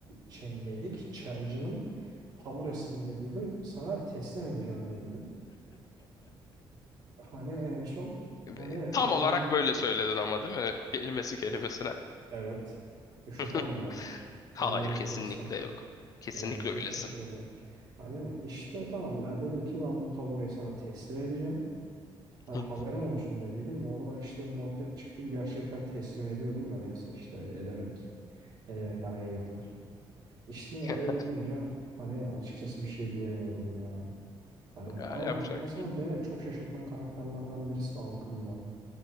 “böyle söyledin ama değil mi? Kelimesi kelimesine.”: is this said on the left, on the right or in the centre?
Left